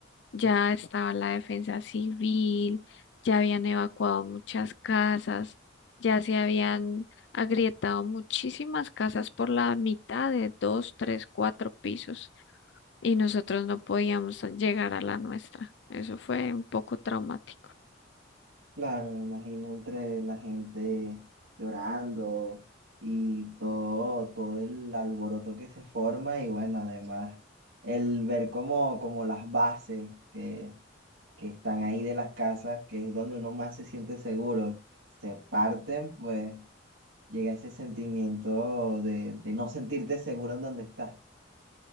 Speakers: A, on the left; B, on the right.
A: ya estaba la defensa civil, ya habían evacuado muchas casas, ya se habían agrietado muchísimas casas por la mitad de dos, tres, cuatro pisos y nosotros no podíamos llegar a la nuestra. Eso fue un poco traumático.
B: Claro, me imagino entre la gente llorando y todo, todo el alboroto que se forma y bueno, además el ver como, como las bases que, que están ahí de las casas, que es donde uno más se siente seguro, se parten, pues llega ese sentimiento de, de no sentirte seguro en donde estás.